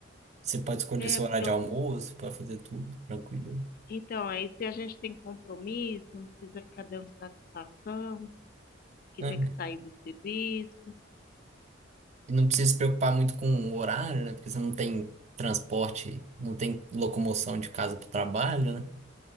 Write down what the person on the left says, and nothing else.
É,
porque
eu
Então, aí se a gente tem compromisso, não precisa ficar dando satisfação, que
tem que sair do serviço,